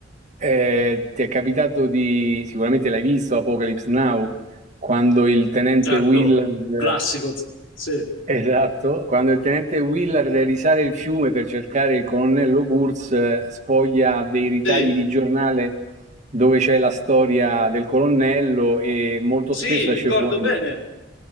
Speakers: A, on the right (about 40°); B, on the left (about 70°).
A: eh, ti è capitato di, sicuramente l'hai visto, Apocalypse Now, quando il tenente
B: certo,
A: Willard
B: un classico, sì,
A: Esatto, quando il tenente Willard deve risale il fiume per cercare il colonnello Kurz, eh, sfoglia dei ritagli
B: sì,
A: di giornale dove c'è la storia del colonnello e molto
B: sì,
A: spesso esce
B: ricordo
A: fuori,
B: bene.